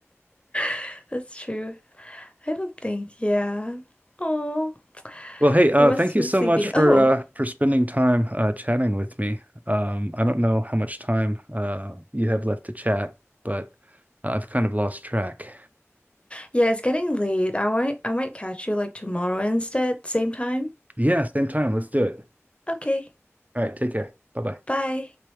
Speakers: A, on the left; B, on the right.
A: <laughs> that's true. I don't think, yeah. Oh,
B: Well, hey, uh,
A: you must
B: thank
A: be
B: you so
A: sleeping.
B: much for
A: Oh,
B: uh, for spending time uh, chatting with me. Um, I don't know how much time uh, you have left to chat, but I've kind of lost track.
A: yeah, it's getting late. I might I might catch you like tomorrow instead, same time.
B: Yeah, same time. Let's do it.
A: Okay,
B: All right, take care. Bye bye.
A: bye.